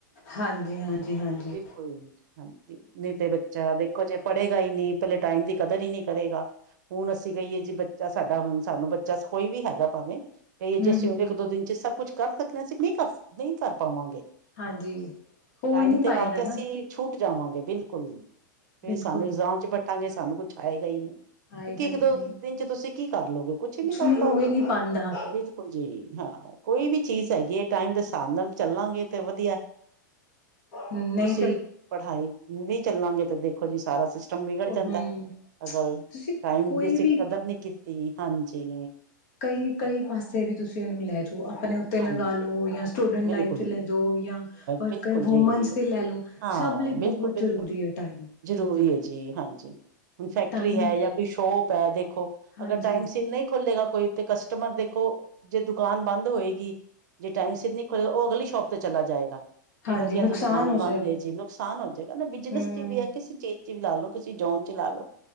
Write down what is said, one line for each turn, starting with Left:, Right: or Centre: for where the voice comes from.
Left: ਹਾਂਜੀ-ਹਾਂਜੀ-ਹਾਂਜੀ।
Right: ਕੋਈ ਹਾਂਜੀ ਨੀ ਤੇ ਬੱਚਾ ਦੇਖੋ ਜੇ ਪੜ੍ਹੇਗਾ ਈ ਨੀ ਪਹਿਲੇ ਟਾਈਮ ਦੀ ਕਦਰ ਈ ਨੀ ਕਰੇਗਾ। ਹੁਣ ਅਸੀਂ ਕਹੀਏ, ਜੀ ਬੱਚਾ ਸਾਡਾ ਹੁਣ ਸਾਨੂੰ ਬੱਚਾ ਕੋਈ ਵੀ ਹੈਗਾ ਭਾਵੇਂ। ਕਹੀਏ ਜੇ
Left: ਹਮ
Right: ਅਸੀਂ
Left: ਹਮ
Right: ਹੁਣ ਇੱਕ-ਦੋ ਦਿਨ ਚ ਸਭ ਕੁੱਛ ਕਰ ਸਕਦੇ ਆ ਅਸੀ ਨੀ ਕਰ ਸਕ ਨਈ ਕਰ ਪਾਵਾਂਗੇ,
Left: ਹਾਂਜੀ ਹੋ
Right: ਟਾਈਮ
Left: ਹੀ ਨਹੀਂ
Right: ਤੇ
Left: ਪਾਏਗਾ
Right: ਆ ਕੇ
Left: ਨਾ
Right: ਅਸੀਂ ਛੂਟ ਜਾਵਾਂਗੇ ਬਿਲਕੁਲ,
Left: ਬਿਲਕੁਲ
Right: ਈ ਸਾਨੂੰ ਇਗਜ਼ਾਮ ਚ ਬੈਠਾਂਗੇ ਸਾਨੂੰ ਕੁਛ ਆਏਗਾ ਈ ਨੀ।
Left: ਆਏਗਾ
Right: ਕਿਉਂਕਿ ਇੱਕ-ਦੋ
Left: ਹੀ ਨਹੀਂ
Right: ਦਿਨ ਚ ਤੁਸੀਂ ਕੀ ਕਰ ਲਓਗੇ ਕੁਛ ਨੀ ਕਰ
Left: ਨਹੀਂ
Right: ਪਾਓਗੇ
Left: ਹੋ ਹੀ ਨਹੀਂ ਪਾਉਂਦਾ
Right: ਬਿਲਕੁ ਜੀ ਹਾਂ ਕੋਈ ਵੀ ਚੀਜ਼ ਹੈਗੀ ਐ ਟਾਈਮ ਦੇ ਹਿਸਾਬ ਨਾਲ ਚੱਲਾਂਗੇ ਤੇ ਵਧੀਆ।
Left: ਹੂੰ ਨਈ।
Right: ਤੀ ਪੜ੍ਹਾਈ ਨਈ ਚੱਲਾਂਗੇ ਤੇ ਦੇਖੋ ਜੀ ਸਾਰਾ ਸਿਸ ਟਮ ਵਿਗੜ ਜਾਂਦਾ
Left: ਹਮ
Right: ਅਗਲ
Left: ਤੁਸੀਂ
Right: ਟਾਈਮ
Left: ਕੋਈ
Right: ਦੀ ਅਸੀਂ
Left: ਵੀ
Right: ਕਦਰ ਨੀ ਕੀਤੀ ਹਾਂਜੀ
Left: ਕਈ-ਕਈ ਪਾਸੇ ਵੀ ਤੁਸੀਂ ਏਨੂੰ ਲੈ ਜੋ ਅਪਨੇ ਓ ਤੇ
Right: ਹਾਂਜੀ
Left: ਲਗਾ ਲੋ ਯਾਂ ਸਟੂਡੈਂਟ
Right: ਬਿਲਕੁਲ
Left: ਲਾਈਫ ਚ ਲੈ ਜਓ ਜਾਂ ਵਰਕਰ
Right: ਬਿਲਕੁਲ
Left: ਵੂਮਨ
Right: ਜੀ
Left: ਤੇ ਲੈਲੋ
Right: ਹਾਂ
Left: ਸਬ ਲਈ
Right: ਬਿਲਕੁਲ
Left: ਬੋਹਤ
Right: ਬਿਲਕੁਲ
Left: ਜ਼ਰੂਰੀ ਐ ਟਾਈਮ।
Right: ਜ਼ਰੂਰੀ ਐ ਜੀ ਹਾਂਜੀ। ਹੁਣ ਫੈਕਟਰੀ
Left: ਟਾਈਮ
Right: ਹੈ ਯਾਂ ਕੋਈ ਸ਼ੋਪ ਹੈ ਦੇਖੋ
Left: ਹਾਂਜੀ
Right: ਅਗਰ ਟਾਈਮ ਸਿਰ ਨਈ ਖੋਲੇਗਾ ਕੋਈ ਕਸ ਟਮਰ ਦੇਖੋ ਜੇ ਦੁਕਾਨ ਬੰਦ ਹੋਏ ਗੀ ਜੇ ਟਾਈਮ ਸਿਰ ਨੀ ਖੋਲੇਗਾ ਓ ਅਗਲੀ ਸ਼ੋਪ ਤੇ ਚਲਾ ਜਾਏਗਾ। ਕੇਗਾ
Left: ਹਾਂਜੀ
Right: ਜੀ
Left: ਨੁਕਸਾਨ
Right: ਐ ਤਾਂ ਦੁਕਾਨ
Left: ਹੋ
Right: ਬੰਦ
Left: ਜਾਏਗਾ
Right: ਐ ਜੀ ਨੁਕਸਾਨ ਓ ਜੇਗਾ ਨਾ ਬਿਜਨਸ
Left: ਹਮ
Right: ਚ ਵੀ ਐ ਕਿਸੇ ਚੀ ਜ਼ ਵੀ ਲਾ ਲਓ, ਕਿਸੇ ਜੋਨ ਚ ਲਾ ਲਓ,